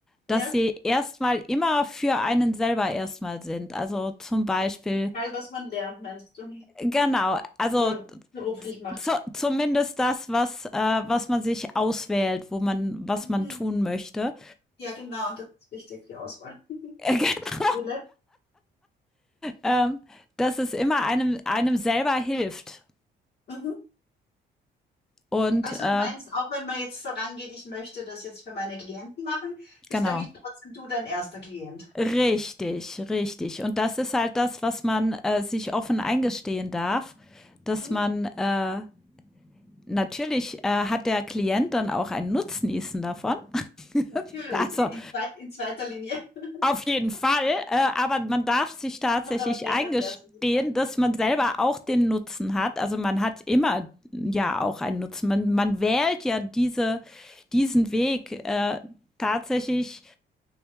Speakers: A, in the centre; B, on the left (about 55°).
A: dass
B: Ja,
A: sie erstmal immer für einen selber erstmal sind. Also zum Beispiel,
B: egal, was man lernt, meinst du?
A: genau, also
B: Oder beruflich macht.
A: zu, zumindest das, was, äh, was man sich auswählt, wo man, was
B: Mhm.
A: man tun möchte.
B: Ja, genau, das ist wichtig, die Auswahl. <laughs>
A: <laughs>
B: Wille.
A: ähm, dass es immer einem, einem selber hilft.
B: Mhm.
A: Und
B: Also
A: äh,
B: du meinst, auch wenn man jetzt vorangeht, ich möchte das jetzt für meine Klienten machen, bist
A: genau.
B: eigentlich trotzdem du dein erster Klient.
A: Richtig, richtig. Und das ist halt das, was man äh, sich offen eingestehen darf, dass
B: Mhm.
A: man äh, natürlich äh, hat der Klient dann auch einen Nutznießen davon. <laughs>
B: Natürlich,
A: Also
B: in, zweit- in zweiter Linie. <laughs>
A: Auf jeden Fall, äh, aber man darf sich tatsächlich
B: Oder aber gleich
A: eingestehen,
B: nach der ersten Linie.
A: dass man selber
B: Mhm.
A: auch den Nutzen hat. Also man hat immer ja auch einen Nutzen. Man, man wählt ja diese, diesen Weg äh, tatsächlich,